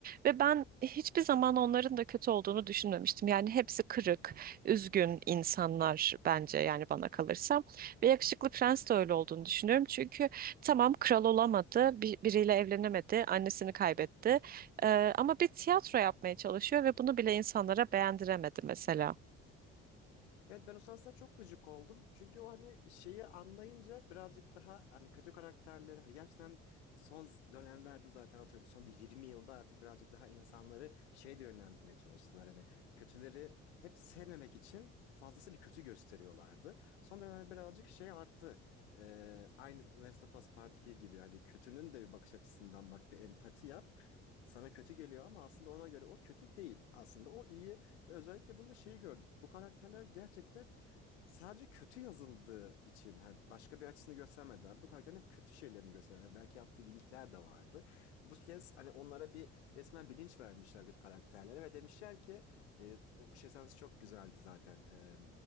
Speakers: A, on the right; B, on the left.
A: ve ben hiçbir zaman onların da kötü olduğunu düşünmemiştim. Yani hepsi kırık, üzgün insanlar bence yani bana kalırsa ve yakışıklı prens de öyle olduğunu düşünüyorum çünkü Tamam kral olamadı, bir, biriyle evlenemedi, annesini kaybetti. Ee, ama bir tiyatro yapmaya çalışıyor ve bunu bile insanlara beğendiremedi mesela.
B: Evet ben o sahnesine çok gıcık oldum. Çünkü o hani şeyi anlayınca birazcık daha hani kötü karakterleri hani gerçekten son dönemlerde zaten atıyorum son bir 20 yılda artık birazcık daha insanları şey de yönlendirmeye çalıştılar. Hani kötüleri hep sevmemek için fazlasıyla kötü gösteriyorlardı. Son dönemlerde birazcık şey arttı. Ee, aynı Last of Us Part 2 gibi hani kötünün de bir bakış açısından bak bir empati yap. Sana kötü geliyor ama aslında ona göre o kötü değil. Aslında o iyi. Ve özellikle bunda şeyi gördük. Bu karakterler gerçekten sadece kötü yazıldığı için hani başka bir açısını göstermediler. Bu karakterin hep kötü şeylerini gösterdiler. Hani Belki yaptığı iyilikler de vardı. Bu kez hani onlara bir resmen bilinç vermişler kötü karakterlere ve demişler ki e, o şey sahnesi çok güzeldi zaten. E,